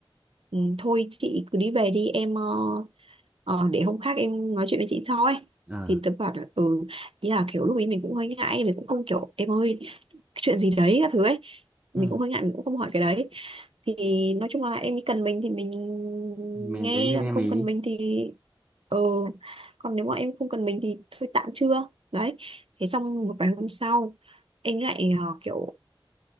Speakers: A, on the right; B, on the right.
A: ừ, thôi chị cứ đi về đi em ờ, ờ, để hôm khác em nói chuyện với chị sau ấy
B: ờ
A: thì tớ bảo là ừ ý là kiểu lúc ấy mình cũng hơi ngại mình cũng không kiểu em ơi chuyện gì đấy các thứ ấy mình
B: ừ
A: cũng hơi ngại mình cũng không hỏi cái đấy thì nói chung là em ấy cần mình thì mình
B: mình
A: nghe
B: đến bên
A: còn
B: em
A: không
B: ý
A: cần mình thì ừ còn nếu mà em không cần mình thì thôi tạm chưa đấy thế xong một vài hôm sau em lại ờ, kiểu